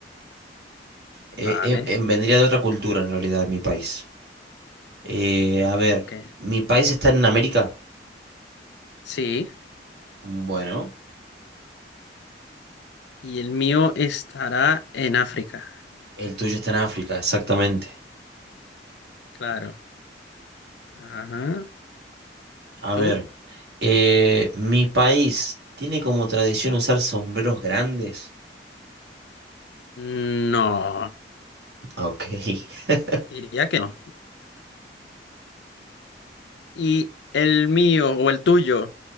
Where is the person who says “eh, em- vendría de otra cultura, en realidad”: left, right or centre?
Right